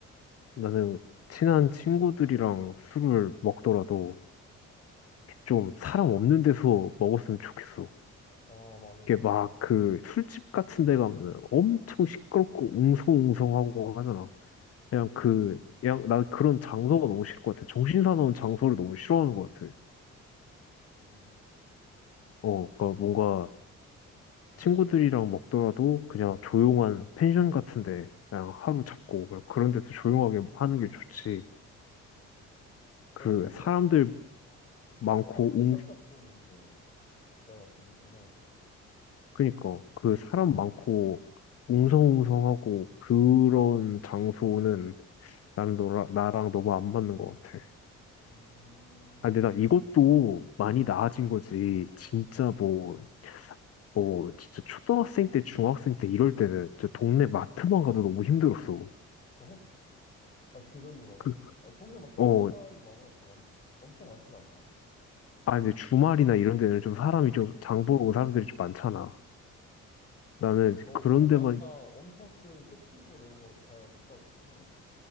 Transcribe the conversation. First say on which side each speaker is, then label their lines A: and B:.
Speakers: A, on the left (about 50°); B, on the left (about 25°).
A: 나는 친한 친구들이랑 술을 먹더라도 좀 사람 없는 데서 먹었으면 좋겠어.
B: 아, 맞아, 맞아.
A: 이게 막 그 술집 같은 데 가면 엄청 시끄럽고 웅성웅성하고 하잖아. 그냥 그, 그냥 난 그런 장소가 너무 싫을 것 같아. 정신 사나운 장소를 너무 싫어하는 것 같아.
B: 그치.
A: 어, 그러니까 뭔가 친구들이랑 먹더라도 그냥 조용한 펜션 같은 데 그냥 하루 잡고 그냥 그런 데서 조용하게 하는 게 좋지. 그
B: 어, 그러게.
A: 사람들
B: 친구랑
A: 많고
B: 펜션
A: 웅,
B: 잡고 노는 게 진짜 재밌긴 하지.
A: 그니까 그 사람 많고 웅성웅성하고 그런 장소는 나는 너라, 나랑 너무 안 맞는 것 같아.
B: 음,
A: 아, 근데 나 이것도 많이
B: 음.
A: 나아진 거지. 진짜 뭐, 뭐, 진짜 초등학생 때, 중학생 때 이럴 때는 진짜 동네 마트만 가도 너무 힘들었어.
B: 어? 아, 그 정도라고?
A: 그,
B: 아, 동네 마트
A: 어,
B: 는데 사람이 많아봤자 많, 엄청 많진 않잖아.
A: 아, 근데 주말이나 이런 데는 좀 사람이 좀, 장 보러 온 사람들이 좀 많잖아. 나는 이제
B: 너
A: 그런
B: 그럼
A: 데만,
B: 약간 엄청 큰 쇼핑몰 이런 거 잘 못 가겠구나.